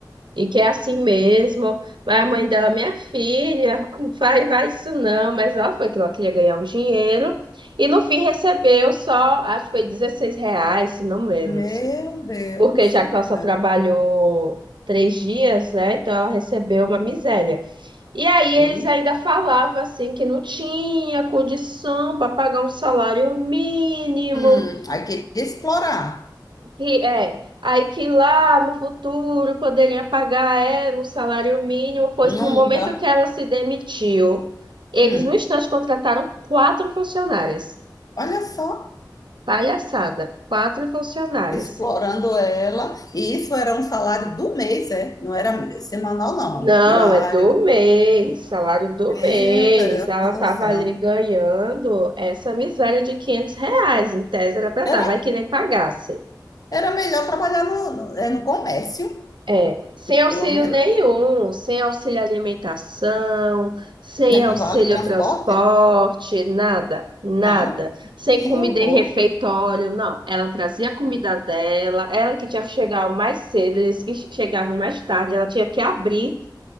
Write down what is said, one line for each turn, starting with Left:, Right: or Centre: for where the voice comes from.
Right: e que é assim mesmo. Mas a mãe dela, minha filha, não vai, vai isso não, mas ela foi que ela queria ganhar um dinheiro, e no fim recebeu só, acho que foi 16 reais, se não menos,
Left: Meu Deus
Right: porque já
Left: do
Right: que ela só
Left: céu.
Right: trabalhou três dias, né? Então ela recebeu uma miséria. E aí
Left: Hum.
Right: eles ainda falavam assim que não tinha condição para pagar um salário mínimo,
Left: Hum. Aí queria explorar.
Right: que é, aí que lá no futuro poderia pagar ela um salário mínimo, pois
Left: Nunca.
Right: no momento que ela se demitiu, eles
Left: Hum,
Right: no instante contrataram quatro funcionárias.
Left: Olha só,
Right: Palhaçada, quatro funcionárias.
Left: explorando ela. E isso era um salário do mês, é? Não era semanal, não,
Right: Não,
Left: diário.
Right: é do mês, salário do
Left: Meu
Right: mês.
Left: Deus
Right: Ela
Left: do
Right: tava
Left: céu.
Right: ali ganhando essa miséria de 500 reais. Em tese era para estar,
Left: Era,
Right: vai que nem pagasse.
Left: era melhor trabalhar no, é, no comércio,
Right: É, sem auxílio
Left: pelo menos,
Right: nenhum, sem auxílio alimentação, sem
Left: né?
Right: auxílio
Left: E vale transporte?
Right: transporte, nada, nada.
Left: Nada.
Right: Sem
Left: Que
Right: comida
Left: horror.
Right: em refeitório, não. Ela trazia a comida dela, ela que tinha que chegar mais cedo, eles que chegavam mais tarde, ela tinha que abrir.